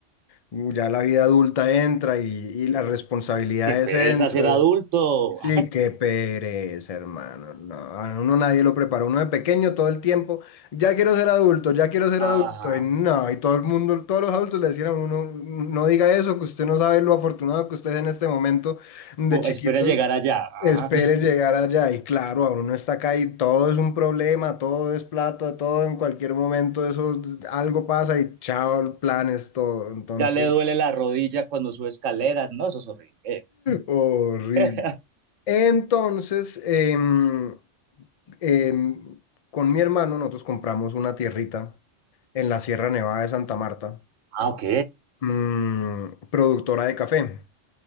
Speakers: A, on the left; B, on the right.
A: Ya la vida adulta entra y, y las responsabilidades
B: Qué pereza
A: entran.
B: ser adulto.
A: Sí, qué pereza, hermano. No, a uno nadie lo prepara. Uno de pequeño todo el tiempo, ya quiero ser adulto, ya quiero ser
B: <laughs>
A: adulto.
B: Ajá.
A: Y no, y todo el mundo, todos los adultos le decían a uno, no diga eso, que usted no sabe lo afortunado que usted es en este momento
B: Es
A: de
B: Como,
A: chiquito.
B: espera llegar allá.
A: Espere
B: Ajá.
A: llegar allá. Y claro, a uno está acá y todo es un problema, todo es plata, todo en cualquier momento, eso algo pasa y chao, planes, todo. Entonces.
B: Ya le duele la rodilla cuando sube escaleras. No, eso es horrible.
A: Horrible.
B: <laughs>
A: Entonces, em, em, con mi hermano nosotros compramos una tierrita en la Sierra Nevada de Santa Marta,
B: Ah, ok.
A: mm, productora de café.